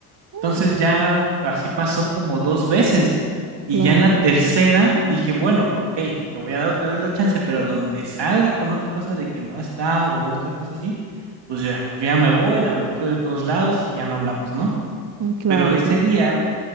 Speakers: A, on the right; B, on the right.
A: Mm.
B: Entonces ya así pasó como dos veces. Y
A: Claro,
B: ya en la tercera dije, bueno, ok, le voy a dar otra vez la chance, pero donde salga con otra cosa de que no está o otra cosa así, pues ya, yo ya me voy, la bloqueo de todos lados y ya no hablamos, ¿no?
A: mm, claro,
B: Pero ese
A: claro.
B: día,